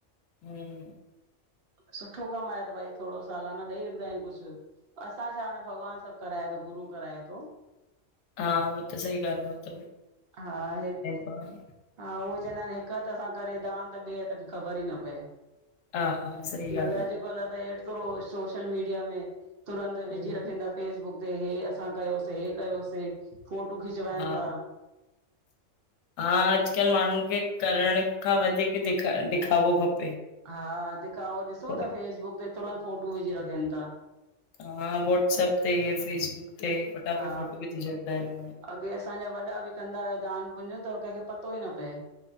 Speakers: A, on the left; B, on the right.
A: हम,
B: सुठो कमु आहे त भई थोड़ो सालाना ॾेई रखंदा आहियूं कुछ। असां छा हाणे भॻवानु सभु कराए थो गुरू कराए थो।
A: हा उहो त सही ॻाल्हि आहे उह त।
B: हा हे
A: अ
B: हा उहे चवंदा आहिनि हिकु हथ सां करे दान त ॿिए हथ खे ख़बर ई न पए।
A: हा हा सही
B: न
A: ॻाल्हि
B: त अॼुकल्ह
A: आ,
B: त हेतरो, सोशल मीडिया में तुरंत
A: हम्म
B: विझी रखंदा। फेसबुक ते हे असां कयोसीं, हे कयोसीं फोटू खिचवााइनि
A: हा
B: था।
A: हा अॼुकल्ह माण्हुनि खे करण खां वधीक दिखा दिखावो, खपे
B: हा दिखाओ ॾिसो
A: करे
B: था। फेसबुक ते तुरंत फोटू विझी रखनि था।
A: हा वॉट्सप ते फेसबुक ते फटाफट
B: हा
A: फोटो विझी छॾंदा आहिनि।
B: अॻे असांजा वॾा बि कंदा हुआ, दान पुञ त कंहिंखे पतो ई न पए।